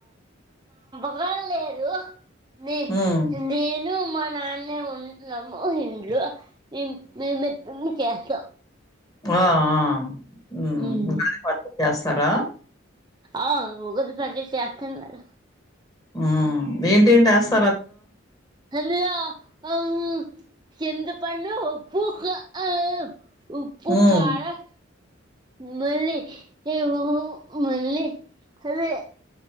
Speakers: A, on the right; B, on the left.
A: ఎవ్వరేలేరు నీ
B: హ్మ్.
A: నీ నేను మా నాన్నే ఉంటున్నాము ఇంట్లో మే <unintelligible> చ్చ
B: అ ఆ హ్మ్
A: ఉమ్
B: ఉగాది పచ్చడి చేస్తరా
A: అ ఉగాది పచ్చడి చేస్తాను కదా
B: హ్మ్ ఇంటెంట్ యస్
A: అందులో హ్మ్ చింత్ పండు ఉప్పు క అ ఉప్పు
B: హ్మ్.
A: కారం మల్లీ ఏ <unintelligible> మల్లీ అదే